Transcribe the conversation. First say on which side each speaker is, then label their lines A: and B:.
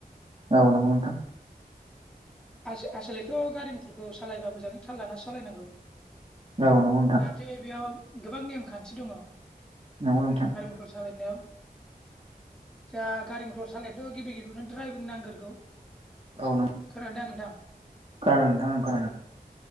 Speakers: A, on the right; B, in the centre.
A: औ नंगौ नोंथां।
B: आस-आसलेथ' गारि मथरखौ सालायबा मोजाङै थाल लाना सालायनांगौ
A: औ नंगौ नोंथां
B: जाहाथे बेयाव गोबां नेमखान्थि दङ।
A: नंगौ नोंथां
B: मटर सालायनायाव जा गारि मथर सालायनो गिबि गिबियावनो दड्राइभिं नांगोरगौ।
A: औ नंगौ।
B: खोनादों दा नोंथां?
A: ओं नोंथां ओं खोनादों